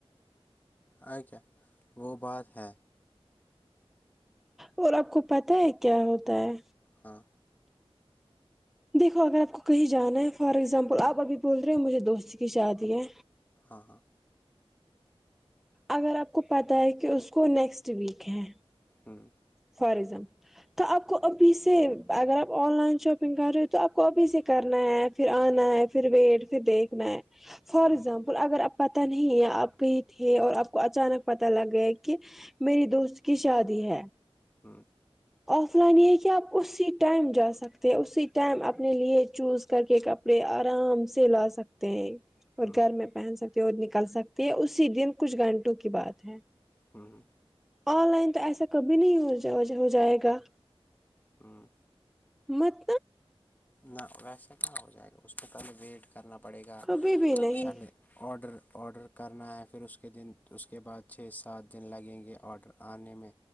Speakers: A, on the left; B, in the centre.
A: آ کیا وہ بات ہے
B: اور آپ کو پتا ہے کیا ہوتا ہے
A: ہاں
B: دیکھو اگر آپ کو کہیں جانا ہے فار ایکزامپل آپ ابھی بول رہے ہو مجھے دوست کی شادی ہے
A: ہاں ہاں
B: اگر آپ کو پتہ ہے کہ اس کو نیکسٹ ویک ہے
A: ہاں
B: فار ایکزامپل تو آپ کو ابھی سے اگر آپ آن لائن شاپنگ کر رہے ہو تو آپ کو ابھی سے کرنا ہے ایپ پھر آنا ہے پھر ویٹ پھر دیکھنا ہے فار
A: ہوں
B: ایکزامپل اگر آپ پتہ نہیں ہے آپ کہیں تھے اور آپ کو اچانک پتا لگ گیا کہ میری دوست کی شادی ہے
A: ہمم
B: آف لائن یہ ہے کہ آپ اسی ٹائم جا سکتے ہیں اسی ٹائم اپنے لیے چوز کر کے کپ ڑے آرام سے لا سکتے ہیں اور
A: ہوں
B: گھر میں پہن سکتے اور نکل سکتے ہے اسی دن کچھ گھنٹوں کی بات ہے
A: ہاں
B: آن لائن تو ایسا کبھی نہیں ہو جائے گا
A: ہاں
B: مت
A: نہ ویسے کہ ہو جائے گا اس پہ پہلے ویٹ کرنا پڑے گا
B: کبھی بھی نہیں
A: چلے آڈر آڈر کرنا ہے پھر اس کے دن اس کے بعد چھ سات دن لگیں گے آڈر آنے میں